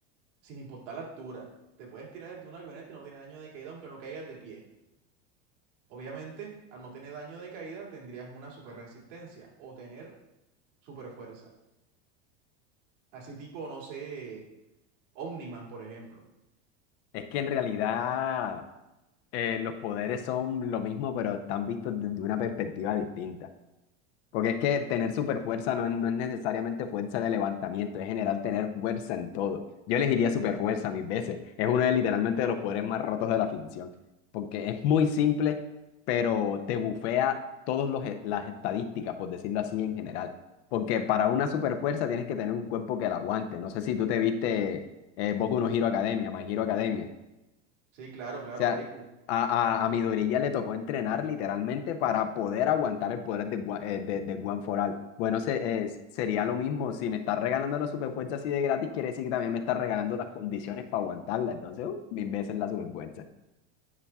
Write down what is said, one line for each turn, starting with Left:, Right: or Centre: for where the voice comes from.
Right: sin importar la altura? Te puedes tirar desde una avioneta y no tienes daño de caída aunque no caigas de pie. Obviamente, al no tener daño de caída, tendrías una super resistencia o tener super fuerza. Así tipo, no sé Omniman, por ejemplo.
Left: Es que en realidad eh, los poderes son lo mismo, pero están vistos desde una perspectiva distinta. Porque es que tener super fuerza no es, no es necesariamente fuerza de levantamiento, es general tener fuerza en todo. Yo elegiría super fuerza mil veces. Es uno de literalmente de los poderes más rotos de la ficción. Porque es muy simple, pero te bufea todas los e- las estadísticas, por decirlo así en general. Porque para una super fuerza tienes que tener un cuerpo que la aguante. No sé si tú te viste eh, Boku no Hero Academia, My Hero Academia.
Right: Sí, claro,
Left: O
Right: claro,
Left: sea,
Right: Deku.
Left: a, a, a Midoriya ya le tocó entrenar literalmente para poder aguantar el poder de, Gua- eh, de, de One For All. Bueno, se- eh, s- sería lo mismo. Si me estás regalando la superfuerza así de gratis, quiere decir que también me estás regalando las condiciones para aguantarla. Entonces, uh, mil veces la superfuerza.